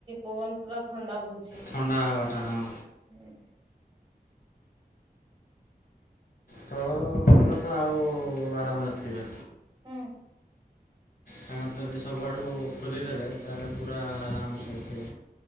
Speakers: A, on the right; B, on the left.
A: ପବନ ପୁରା ଥଣ୍ଡା ବୋହୁଛି।
B: ଥଣ୍ଡା ହାୱାଟା ହଁ।
A: ହୁଁ।
B: ଷୋଳବରଷ ଆଉ ଆରାମରେ ଥିବେ।
A: ହୁଁ।
B: ଫ୍ୟାନ ଯଦି ସବୁଆଡ଼ୁ ଖୋଲିଦେଲେ ତାହେଲେ ପୁରା ଆରାମସେ